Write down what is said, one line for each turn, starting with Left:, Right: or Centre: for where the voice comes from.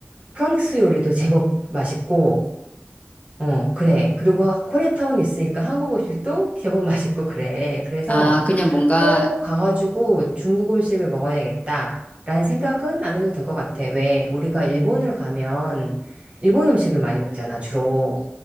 Right: 프랑스 요리도 제법 맛있고 어 그래 그리고 하- 코리아타운 있으니까 한국 음식도 제법 <laughs> 맛있고 그래 그래서
Left: 아, 그냥 뭔가,
Right: 꼭 가가지고 중국 음식을 먹어야 겠다 라는 생각은 안 해도 될 것 같아 왜 우리가 일본을 가면 일본 음식을 많이 먹잖아 주로